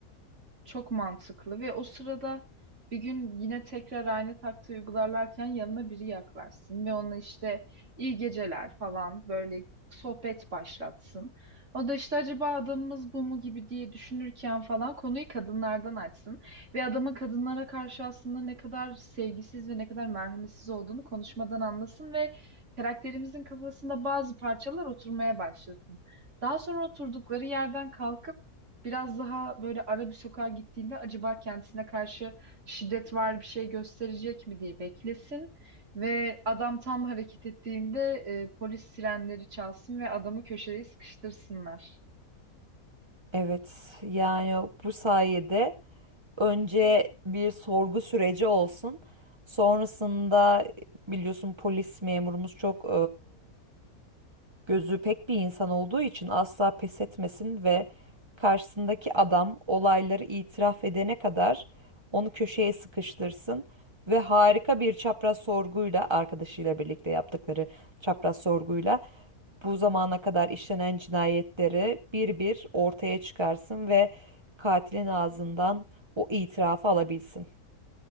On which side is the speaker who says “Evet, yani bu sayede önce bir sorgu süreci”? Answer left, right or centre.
Right